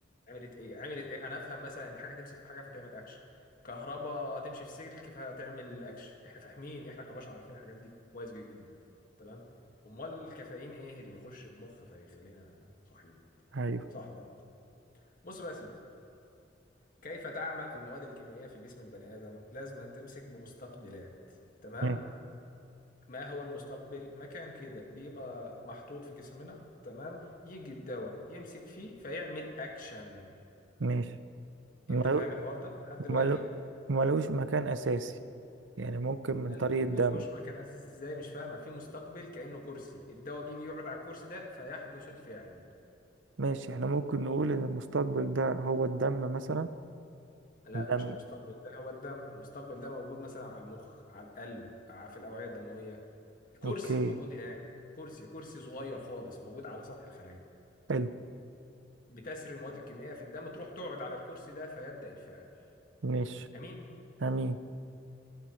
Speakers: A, on the left; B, on the right.
A: عملت ايه عملت ايه انا افهم مثلا ان حاجه تمسك في حاجه فتعمل اكشن كهرباء تمشي في سلك فتعمل اكشن احنا فاهمين احنا كبشر عارفين الحاجات دي كويس جدا تمام امال الكافيين ايه اللي يخش المخ فيخلينا صاحيين
B: ايوه
A: صح ولا غلط؟ بص بقى يا سيدي كيف تعمل المواد الكيميائيه في جسم البني ادم لازم أن تمسك بمستقبلات تمام
B: ماشي
A: ما هو المستقبل مكان كده بيبقى محطوط في جسمنا تمام يجي الدواء يمسك فيه فيعمل اكشن
B: ماشي
A: انت
B: ملو
A: فاهم الحوار ده لحد دلوقتي
B: ملو ملوش مكان اساسي يعني ممكن
A: مل...
B: من طريق الدم
A: ملهوش مكان اساسي ازاي مش فاهمك في مستقبل كأنه كرسي الدواء بيجي يقعد على الكرسي ده فيحدث الفعل
B: ماشي احنا ممكن نقول ان المستقبل ده هو الدم مثلا
A: لا
B: الدم
A: مش المستقبل ده هو الدم المستقبل ده موجود مثلا على المخ على القلب ع- في الأوعية الدموية كرسي
B: اوكي
A: موجود هناك كرسي كرسي صغير خالص موجود على سطح الخلايا
B: حلو
A: بتسري المواد الكيميائية في الدم تروح تقعد على الكرسي ده فيبدأ الفعل
B: ماشي
A: أمين
B: امين